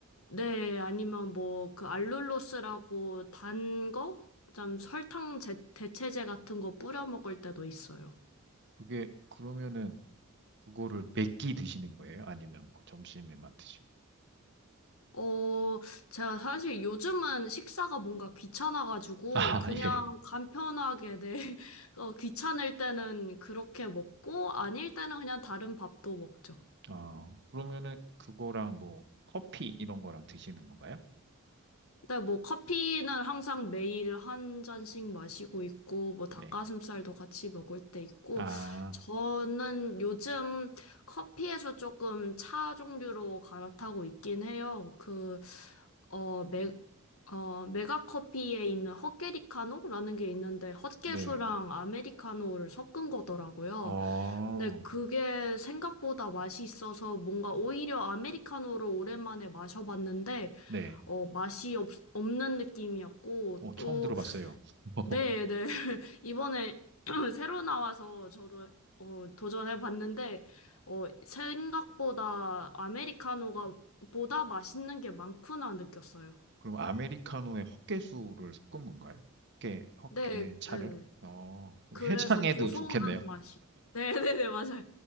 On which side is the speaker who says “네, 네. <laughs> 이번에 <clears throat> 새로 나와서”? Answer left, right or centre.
Left